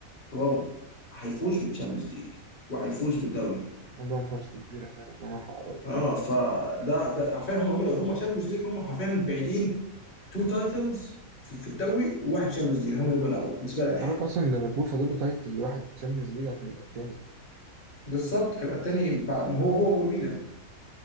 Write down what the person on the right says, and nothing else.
عندهم فرص كبيرة فعلا إن هم يحققوا الحاجات
دي
خلي
بالك أصلا ليفربول فاضل له تايتل واحد تشامبيونز ليج عشان يبقى التاني